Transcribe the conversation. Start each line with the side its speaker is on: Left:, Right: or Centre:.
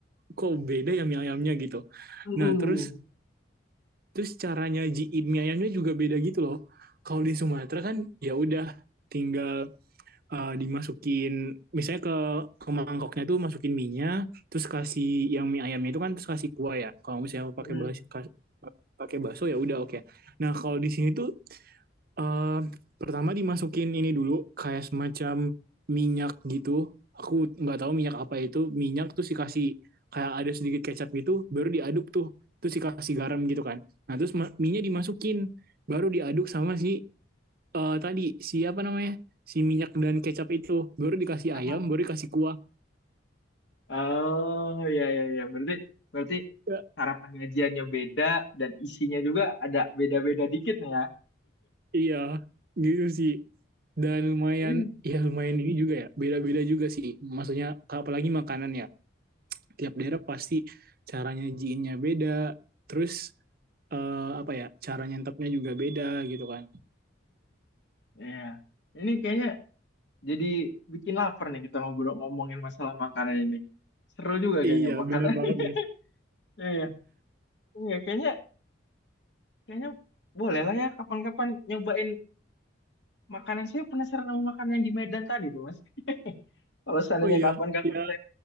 Right: kok beda ya mie ayamnya gitu.
Left: Mm-mm.
Right: Nah terus terus caranya nyajiin mie ayamnya juga beda gitu loh. Kalau di Sumatera kan ya udah tinggal eh, dimasukin misalnya ke ke mangkoknya tuh masukin minyak terus kasih yang mie ayamnya itu kan terus kasih kuah ya. Kalau misalnya
Left: Mm-mm.
Right: pakai bas- kas- pakai bakso ya udah oke. Nah kalau di sini tuh Eh, pertama dimasukin ini dulu kayak semacam minyak gitu. Aku nggak tahu minyak apa itu. Minyak terus dikasih kayak ada sedikit kecap gitu, baru diaduk tuh. Terus dikasih garam gitu kan. Nah, terus ma- minyak dimasukin, baru diaduk sama si eh, tadi siapa namanya? Si minyak dan kecap itu. Baru dikasih
Left: Emang.
Right: ayam, baru dikasih kuah.
Left: Oh ya ya ya. Berarti berarti
Right: Ya,
Left: cara pengajiannya beda dan isinya juga ada beda-beda dikit nih ya.
Right: iya, gitu sih. Dan lumayan,
Left: Hmm.
Right: ya lumayan ini juga ya. Beda-beda juga sih. Maksudnya apalagi makanan ya. tiap daerah pasti caranya nyajiinnya beda terus eh, apa ya cara nyantapnya juga beda gitu kan
Left: Ya. Ini kayaknya jadi bikin lapar nih kita ngobrol ngomongin masalah makanan ini. Seru juga kayaknya
Right: iya
Left: makanan.
Right: benar banget
Left: <laughs>
Right: deh
Left: Iya iya. Iya, kayaknya kayaknya boleh lah ya kapan-kapan nyobain makanan. Saya penasaran sama makanan yang di Medan tadi tuh, Mas. <laughs> Kalau seandainya
Right: oh iya
Left: kapan-kapan
Right: ya